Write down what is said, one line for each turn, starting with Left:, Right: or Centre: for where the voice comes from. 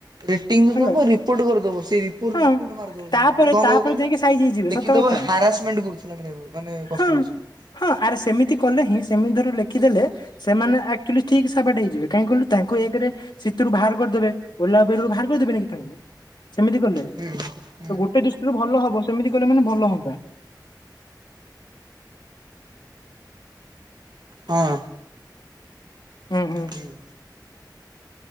Right: ରେଟିଙ୍ଗ୍
Left: ହେଲା
Right: ଦବୁ ରିପୋର୍ଟ କରିଦେବୁ ସେଇ ରିପୋର୍ଟ
Left: ହଁ
Right: ରିପୋର୍ଟ ମାରିଦବ
Left: ତାପରେ
Right: ଯେମତି ପରେ କଣ
Left: ତାପରେ
Right: କହିବୁ କହିଲା।
Left: ଯାଇକି ସାଇଜ ହେଇଯିବେ
Right: ଦେଖି
Left: ସତ
Right: ଦେବୁ୍
Left: କଥା
Right: ହାରାସମେଣ୍ଟ୍ କରୁଥିଲା ଡ୍ରାଇଭର ମାନେ କଷ୍ଟମର
Left: ହଁ
Right: ସହ।
Left: ହଁ ଆରେ ସେମିତି କଲେ ହିଁ ସେମିତି ଧର ଲେଖିଦେଲେ ସେମାନେ ଆକଚୁଆଲି ଠିକ ସାବାଟ ହେଇଜିବେ। ଯିବେ କାହିଁ କହିଲୁ ତାଙ୍କୁ ଏକରେ ସେତୁରୁ ଭାର କରିଦେବେ ଓଲାବେରିରୁୁ ବାହାର କରିଦେବେନି କି ତାଙ୍କୁ? ସେମିତି କଲେ
Right: ହୁଁ ହୁଁ
Left: ତ ଗୋଟେ ଦୁଷ୍ଟିରୁ ଭଲ ହବ ସେମିତି କଲେ ମାନେ ଭଲ ହୁଅନ୍ତା।
Right: ହଁ।
Left: ହୁଁ ହୁଁ।
Right: ହୁଁ।